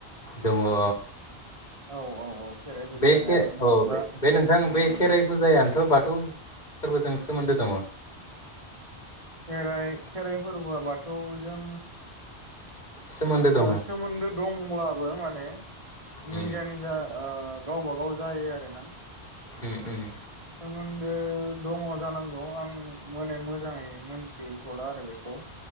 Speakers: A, on the left (about 45°); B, on the right (about 30°).
A: दङ औ
B: औ औ औ खेराइ फुजा
A: बे
B: होनाय
A: अ
B: आं मोनबा
A: बे नोंथां
B: उम
A: बे
B: उम
A: खेराइ फुजायानो बाथौ बाथौ फोरबोजों सोमोन्दो दङ
B: खेराइ खेराइ फोरबोआ बाथौजों
A: सोमोन्दो दङ
B: ओ सोमोन्दो दंब्लाबो माने
A: उम
B: निजा निजा ओ गावबा गाव जायो आरो ना?
A: उम उम
B: सोमोन्दो दङ जानांगौ आं माने मोजाङै मोनथिथ'ला आरो बे खौ